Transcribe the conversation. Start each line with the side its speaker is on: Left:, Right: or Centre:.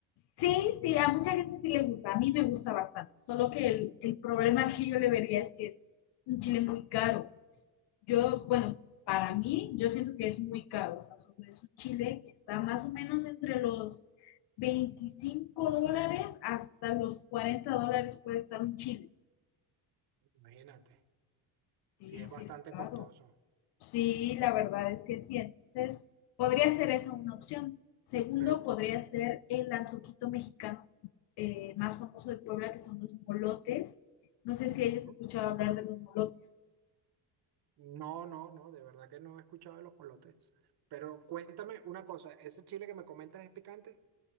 Left: Sí, sí, a mucha gente sí le gusta, a mí me gusta bastante, solo que el, el problema que yo le vería es que es un chile muy caro. Yo, bueno, para mí, yo siento que es muy caro, o sea, sobre- es un chile que está más o menos entre los 25 dólares hasta los 40 dólares puede estar un chile.
Right: imagínate.
Left: Sí,
Right: Sí, es
Left: sí
Right: bastante
Left: es caro.
Right: costoso,
Left: Sí, la verdad es que sí. Entonces, podría ser esa una opción. Segundo,
Right: pero po-
Left: podría ser el antojito mexicano eh, más famoso de Puebla, que son los molotes. No sé
Right: Ujú.
Left: si hayas escuchado hablar de los molotes.
Right: no, no, no, de verdad que no he escuchado de los polotes. Pero cuéntame una cosa, ¿ese chile que me comentas es picante?